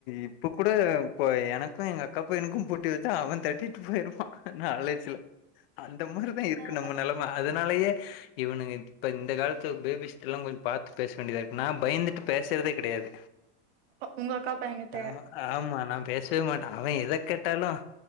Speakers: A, on the left; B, on the right.
A: இப்ப கூட இப்ப எனக்கு எங்க அக்கா பையனுக்கு போட்டி வச்சா அவெ தட்டிட்டு போயிருப்பா நாலேஜுல அந்த மாரிதா இருக்கு
B: அ,
A: நம்ம
B: அ.
A: நெலம அதுனாலயே இவனுங்க இப்ப இந்த காலத்து ஃபேபிஸ்டெல்லா கொஞ்ச பாத்து பேச வேண்டியதா இருக்கு நா பயந்துட்டு பேசுறதே கெடையாது
B: உங்க அக்கா பையங்கிட்ட
A: ஆமா ஆமா நா பேசவே மாட்டே அவெ எத கேட்டாலு